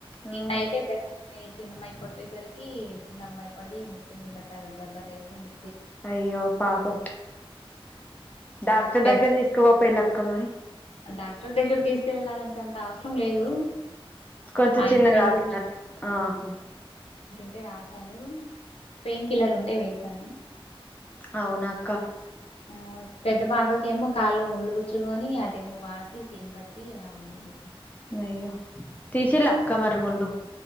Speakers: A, on the left; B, on the left.
A: ఆ
B: నేను నైటే పెద్దమ్మాయి చిన్నమ్మాయి కొట్టేసరికి చిన్నమ్మాయి పడి ముక్కు మీద దెబ్బ దగిలి ము
A: అయ్యో పాపం డాక్టర్
B: పెద్ద
A: దగ్గర తీసుకుపోపోయ్ లక్క మరి
B: డాక్టర్ దగ్గర తీసుకెళ్ళాలనేసి నంత అవసరం లేదు
A: కొంచం
B: ఆయింట్మెంట్
A: చిన్నదాక ఆహా <unintelligible>
B: టే రాసాను పెయిన్ కిల్లర్ ఉంటే వేసాను
A: అవునా అక్క
B: ఆ పెద్ద పాపకెమో కాళ్ళు ముళ్ళు కుచ్చుకొని అదేమో వాసి సీమ్ పట్టి అలా వుంది
A: అయ్యో తిసిల్ల అక్క మరి మల్లు